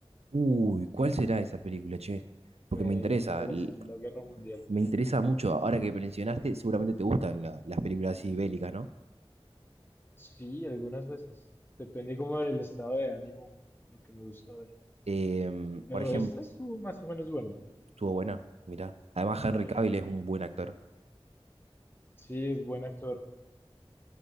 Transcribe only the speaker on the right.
Uy, ¿cuál será esa película, che? Porque
me
interesa, l-
me interesa mucho. Ahora que mencionaste, seguramente te gustan la- las películas así bélicas, ¿no?
Em,
por ejemplo,
Estuvo buena, mirá. Además, Henry
Cavill es un buen actor.